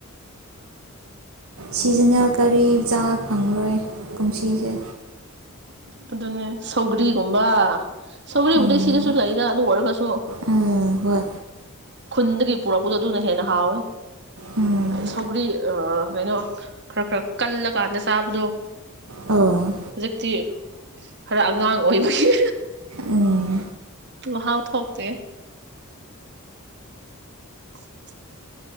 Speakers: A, on the right; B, on the right.
A: ꯁꯤꯖꯟꯅꯜ ꯀꯔꯤꯆꯥꯥ ꯐꯪꯉꯔꯣꯏ ꯀꯨꯝꯁꯤꯁꯦ
B: ꯑꯗꯨꯅꯦ ꯁꯧꯒ꯭ꯔꯤꯒꯨꯝꯕ ꯁꯧꯒꯔꯤꯕꯨꯗꯤ
A: ꯎꯝ
B: ꯁꯤꯗꯁꯨ ꯂꯩꯗ ꯑꯗꯨ ꯑꯣꯏꯔꯒꯁꯨ
A: ꯑꯥ ꯍꯣꯏ
B: ꯈꯨꯟꯗꯒꯤ ꯄꯨꯔꯛꯄꯗꯣ ꯑꯗꯨꯅ ꯍꯦꯟꯅ ꯍꯥꯎꯋꯦ
A: ꯎꯝ
B: ꯁꯧꯒꯔꯤ ꯑ ꯀꯩꯅꯣ ꯈꯔ ꯈꯔ ꯀꯜꯂꯀꯥꯟꯗ ꯆꯥꯕꯗꯣ
A: ꯑꯣ
B: ꯍꯧꯖꯤꯛꯇꯤ ꯈꯔ ꯑꯉꯥꯡ ꯑꯣꯏꯕꯒꯤ
A: ꯎꯝ
B: ꯃꯍꯥꯎ ꯊꯣꯛꯇꯦ <inaudible>